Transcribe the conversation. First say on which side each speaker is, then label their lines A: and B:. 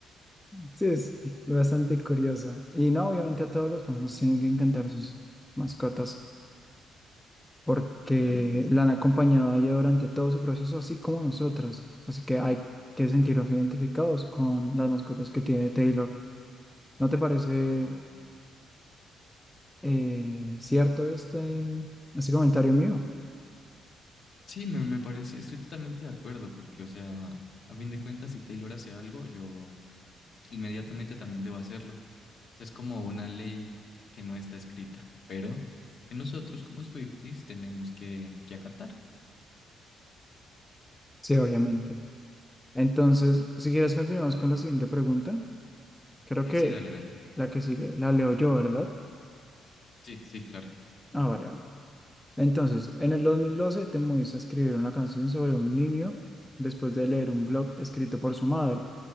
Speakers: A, in the centre; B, on the left.
A: Sí, es bastante curioso. Y no, obviamente a todos los fans nos tienen que encantar sus mascotas porque
B: Claro que sí.
A: la han acompañado a ella durante todo su proceso, así como nosotros. Así que hay que sentirnos identificados con las mascotas que tiene Taylor. ¿No te parece
B: Oh, claro.
A: eh, cierto este, este comentario mío?
B: Sí, me, me parece, estoy totalmente de acuerdo, porque, o sea, a fin de cuentas, si Taylor hace algo, yo, inmediatamente también debo hacerlo. O sea, es como una ley que no está escrita, pero que nosotros como Swifties tenemos que, que acatar.
A: Sí, obviamente. Entonces, si quieres, continuamos con la siguiente pregunta. Creo
B: Eh,
A: que
B: sí, dale, dale.
A: la que sigue la leo yo, ¿verdad?
B: Sí, sí, claro.
A: Ah, vale, vale. Entonces, en el 2012 te moviste a escribir una canción sobre un niño después de leer un blog escrito por su madre,